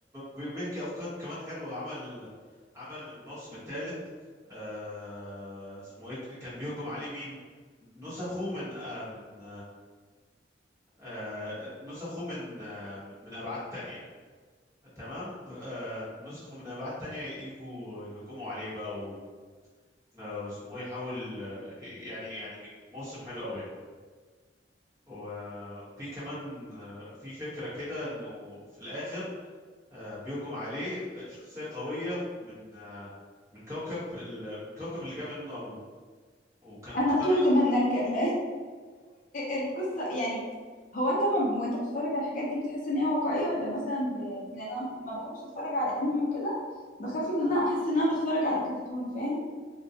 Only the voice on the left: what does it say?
انا تهت منك <laughs> القصه يعني هو انت ما وانت بتتفرج على الحاجات دي بتحس ان هي واقعيه ولا مثلا ب... لان انا ما بحبش اتفرج على انمي وكده بخاف ان انا احس ان انا بتفرج على كرتون فاهم